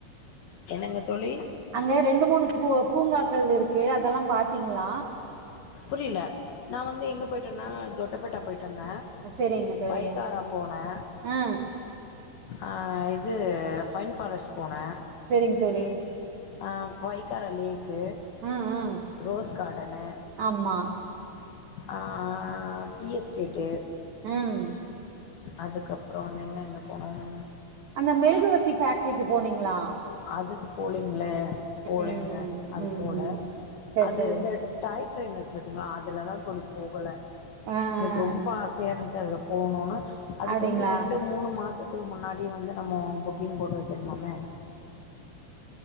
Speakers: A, on the left; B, on the right.
A: என்னங்க தோழி
B: அங்க ரெண்டு மூணு பூ பூங்காக்கள் இருக்கு அதெல்லா பாத்தீங்ளா
A: புரியில நா வந்து எங்கே போய்ட்டேன்னா தொட்டபேட்டா பொய்ட்டுவந்தே
B: செரிங்க தோழி
A: பைக்காரா போனே
B: ஆ
A: அ இது ஃபைன் ஃபாரஸ்ட் போனே
B: சேரிங் தோழி
A: அ பைக்கார லேக்கு
B: ம் ம்
A: ரோஸ் காடனு
B: ஆமா
A: ஆ டீ எஸ்டேட்டு
B: ம்
A: அதுக்றோ வந்து இன்னு எங்க போனோம்
B: அந்த மெழுகுவத்தி பேக்ட்ரிக்கு போனீங்ளா
A: அதுக்கு போலிங்ளே போலிங்க
B: ம்
A: அது
B: ம்
A: போல
B: ம் செரி
A: அது
B: செரி
A: இந்த டாய் ட்ரெயின் இருக்கு பாத்தீங்ளா அதுலதா தோழி போகல
B: ஆ
A: எனக்கு ரொம்ப
B: ஆ
A: ஆச இருந்துச்சு அதில போணுனு அதுக்கு
B: அப்டிங்களா
A: வந்து ரெண்டு மூணு மாசத் த்துக்கு முன்னாடியே வந்து நம்ம புக்கிங் போட்டு வைக்கணுமாமே